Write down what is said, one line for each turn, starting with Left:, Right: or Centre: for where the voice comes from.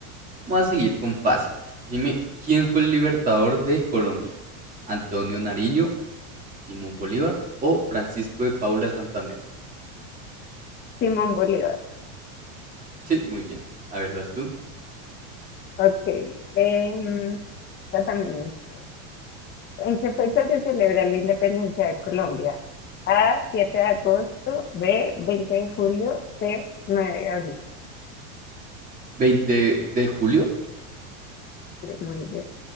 Right: vamos a seguir con fáciles. Dime, ¿quién fue el libertador de Colombia? ¿Antonio Nariño, Simón Bolívar o Francisco de Paula Santander?
Left: Simón Bolívar.
Right: Sí, muy bien. A ver, vas tú.
Left: Ok. em, esta también es. ¿En qué fecha se celebra la independencia de Colombia? A, siete de agosto, B, veinte de julio, C, 9 de abril.
Right: 20 de julio.
Left: Sí, Muy bien.